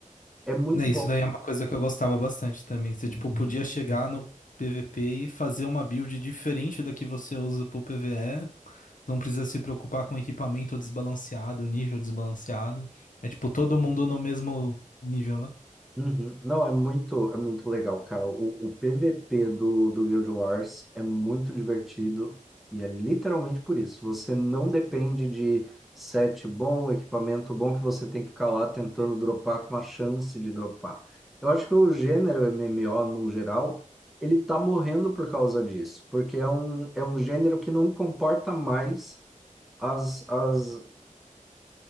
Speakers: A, in the centre; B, on the left (about 70°).
A: É muito
B: Né,
A: bom.
B: Isso daí é uma coisa que eu gostava bastante também. Você, tipo, podia chegar no PVP e fazer uma build diferente da que você usa pro PvE. Não precisa se preocupar com equipamento desbalanceado, nível desbalanceado. É, tipo, todo mundo no mesmo nível, né?
A: Uhum. Não, é muito, é muito legal, cara. O, o PVP do, do Guild Wars é muito divertido e é literalmente por isso. Você não depende de set bom, equipamento bom que você tem que ficar lá tentando dropar com uma chance de dropar. Eu acho que o gênero MMO, no geral, ele tá morrendo por causa disso, porque é um, é um gênero que não comporta mais as, as,